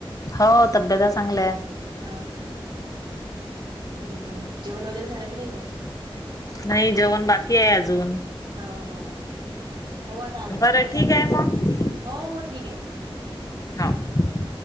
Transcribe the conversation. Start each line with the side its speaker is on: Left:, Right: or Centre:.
Left: हो तब्यता चांगल्या
Right: हा हा ह, बर जेवण वगैरे झालं की नाही मग?
Left: नाही जेवण बाकी आहे अजून?
Right: हा हा, हो आता आमचं
Left: बरं
Right: पण जेवण
Left: ठीक
Right: बाकी आहे?
Left: मग
Right: हो हो ठीक आहे मग ठेवते मग.
Left: हाव.
Right: हो.